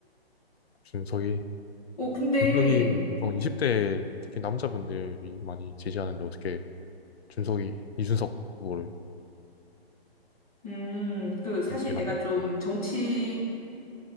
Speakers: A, on the left; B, on the left.
A: 준석이
B: 어, 근데
A: 준석이 보통 20대 특히 남자분들이 많이 지지하는데 어떻게 준석이 이준석 후보를
B: 음, 그, 사실
A: 지지하니?
B: 내가 좀
A: 음.
B: 정치에,